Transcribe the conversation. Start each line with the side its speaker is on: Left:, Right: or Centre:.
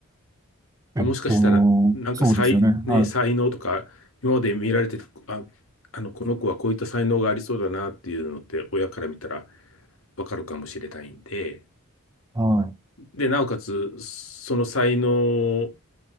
Left: でもしかしたら、
Right: えっと、
Left: なんか才、
Right: そうですよね。
Left: ね、
Right: はい、
Left: 才能とか、今まで見られてた、あ、あの、この子はこういった才能がありそうだなっていうのって、親から見たらわかるかもしれないんで、
Right: はい。
Left: で、なおかつ、その才能